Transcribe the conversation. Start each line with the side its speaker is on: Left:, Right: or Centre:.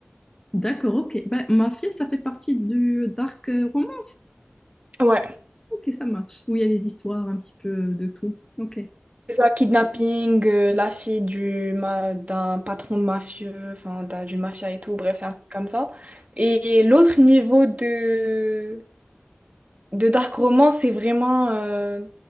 Left: D'accord, ok. Bah, Mafia, ça fait partie du dark euh, roman.
Right: Ouais,
Left: Ok, ça marche. Où il y a les histoires, un petit peu de tout. Ok,
Right: c'est ça, kidnapping, euh, la fille du ma- d'un patron de mafieux, enfin d'un- d'une mafia et tout, bref, c'est un truc comme ça. Et l'autre niveau de de dark romance, c'est vraiment, euh,